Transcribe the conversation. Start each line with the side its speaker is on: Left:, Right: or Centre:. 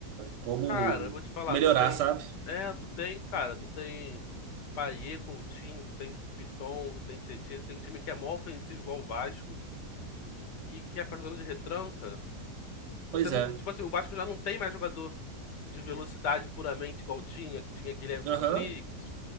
Right: como
Left: Cara, eu vou te falar,
Right: melhorar,
Left: tu tem.
Right: sabe?
Left: É, tu tem, cara, tu tem Payet, Coutinho, tu tem Piton, tu tem Tietchan, tu tem um time que é mó ofensivo igual o Vasco e que ia ficar jogando de retranca.
Right: Pois
Left: Você não.
Right: é.
Left: Tipo assim, o Vasco já não tem mais jogador de velocidade puramente igual tinha, que tinha aquele Everson
Right: Aham.
Left: Rodrigues,